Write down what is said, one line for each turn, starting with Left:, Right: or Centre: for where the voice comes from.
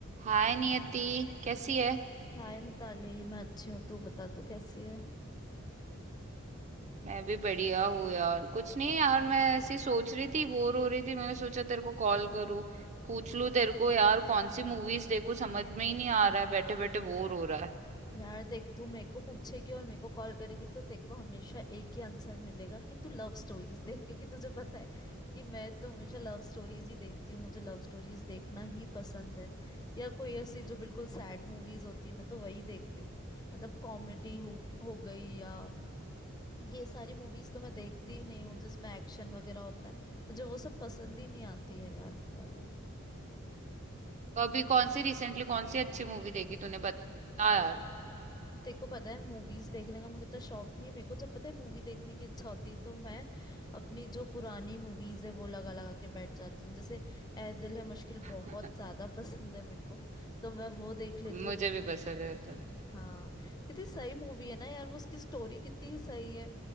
Right: हाय नियति कैसी है
Left: हाय मिताली मैं अच्छी हूँ तू बता तू कैसी है
Right: मैं भी बढ़िया हूँ यार कुछ नहीं यार मैं ऐसी सोच रही थी बोर हो रही थी मैंने सोचा तेरे को कॉल करूँ पूछ लूँ तेरे को यार कौन सी मूवीज देखूँ समझ में ही नहीं आ रहा है बैठे बैठे बोर हो रहा है
Left: यार देख तू मेरे को पूछेगी और मेरे को कॉल करेगी तो तेरे को हमेशा एक ही आंसर मिलेगा कि तू लव स्टोरीज देख क्योंकि तुझे पता है कि मैं तो हमेशा लव स्टोरीज ही देखती हूँ मुझे लव स्टोरीज देखना ही पसंद है या कोई ऐसी जो बिल्कुल सैड मूवीज होती है मैं तो वही देखती हूँ मतलब कॉमेडी हो हो गई या ये सारी मूवीज तो मैं देखती ही नहीं हूँ जिसमें एक्शन वगैरह होता है मुझे वो सब पसंद ही नहीं आती है यार मिताली
Right: तो अभी कौन सी रिसेंटली कौन सी अच्छी मूवी देखी तूने बता यार
Left: तेरे को पता है मूवीज देखने का मेरे को तो शौक नहीं है मेरे को जब पता है मूवी देखने की इच्छा होती है तो मैं अपनी जो पुरानी मूवीज है वो लगा लगा के बैठ जाती हूँ जैसे ए दिल है मुश्किल
Right: <laughs>
Left: बहुत ज्यादा पसंद है मेरे को तो मैं वो देख लेती हूँ
Right: मुझे भी पसंद है तो
Left: हाँ कितनी सही मूवी है ना यार वो उसकी स्टोरी कितनी सही है